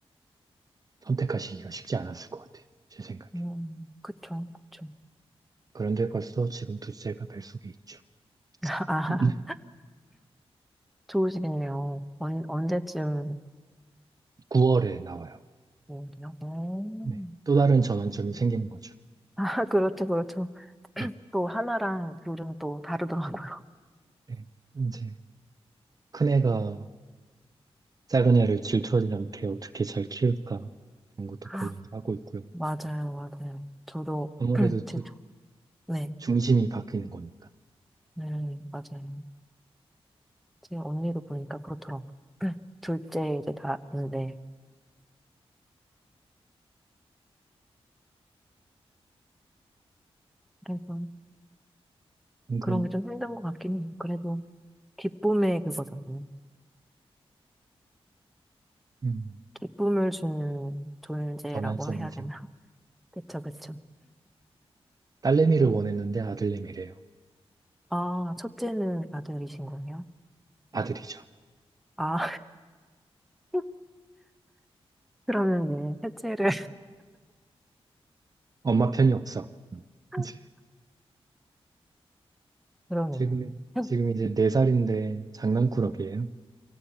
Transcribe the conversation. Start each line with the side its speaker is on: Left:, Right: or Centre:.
Right: 선택하시기가 쉽지 않았을 것 같아요. 제 생각에.
Centre: 음, 그쵸, 그쵸.
Right: 그런데 벌써 지금 둘째가 뱃속에 있죠.
Centre: <laughs> 아,
Right: <laughs>
Centre: 좋으시겠네요. 언, 언제쯤,
Right: 9월에 나와요.
Centre: 뭐요? <laughs>
Right: 네. 또 다른 전환점이 생기는 거죠.
Centre: 아, 그렇죠, 그렇죠.
Right: 네.
Centre: 또 하나랑 둘은 또 다르더라고요.
Right: 네. 이제 큰애가 작은 애를 질투하지 않게 어떻게 잘 키울까 그런 것도
Centre: <laughs>
Right: 고민을 하고 있고요.
Centre: 맞아요, 맞아요. 저도,
Right: 아무래도
Centre: <clears throat> 제,
Right: 또
Centre: 네,
Right: 중심이 바뀌는 거니까.
Centre: 네, 맞아요. 제 언니도 보니까 그렇더라고. 둘째 이제 낳았는데. 그래서
Right: 방금
Centre: 그런 게 좀 힘든 것 같긴 해요. 그래도 기쁨의 그거잖아요.
Right: 음,
Centre: 기쁨을 주는 존재라고
Right: 전환점이죠.
Centre: 해야 되나? <laughs> 그쵸, 그쵸.
Right: 딸내미를 원했는데 아들내미래요.
Centre: 아, 첫째는 아들이신 거예요?
Right: 아들이죠.
Centre: 아, <laughs> 그러면 네, 셋째를.
Right: 엄마 편이 없어. 음.
Centre: <laughs>
Right: 이제
Centre: 그러네요.
Right: 지금
Centre: <laughs>
Right: 지금 이제 네 살인데 장난꾸러기예요.